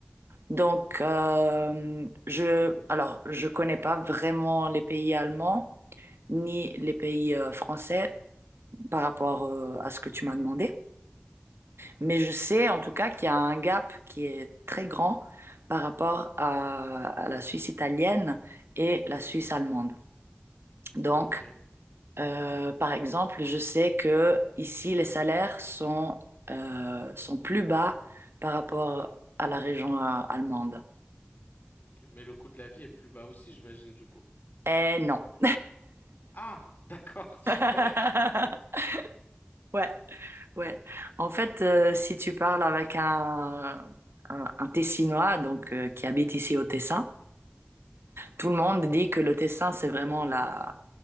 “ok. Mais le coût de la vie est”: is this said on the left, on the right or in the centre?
Left